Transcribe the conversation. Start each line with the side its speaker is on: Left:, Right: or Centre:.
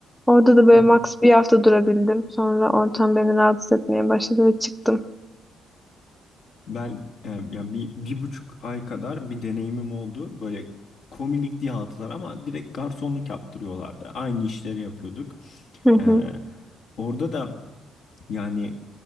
Centre: Orada da böyle
Left: hı hı.
Centre: max bir hafta durabildim. Sonra ortam beni rahatsız etmeye başladı ve çıktım.
Left: Ben e, yani bir, bir buçuk ay kadar bir deneyimim oldu. Böyle komilik diye aldılar ama direkt garsonluk yaptırıyorlardı. Aynı işleri yapıyorduk.
Centre: Hı
Left: E,
Centre: hı.
Left: orada da yani